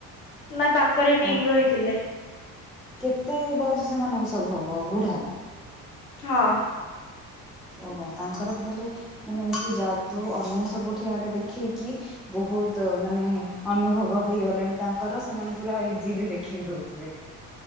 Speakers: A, on the left; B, in the centre.
A: ନା ତାଙ୍କରି ଟିମ୍
B: ଓ
A: ରହିଥିଲେ।
B: କେତେ ବୟସ ସେମାନଙ୍କୁ ସବୁ ହବ ବୁଢା
A: ହଁ।
B: ଓହୋ ତାଙ୍କର ତାହେଲେ ମାନେ ଏମିତି ଯାଦୁ ଅନ୍ୟ ସବୁଠି ଆଡେ ଦେଖିକି। ବହୁତ ମାନେ ଅନୁଭବ ହେଇଗଲାଣି ତାଙ୍କର ସେମାନେ ପୁରା ଇଜିଲି ଦେଖେଇ ଦଉଥିବେ।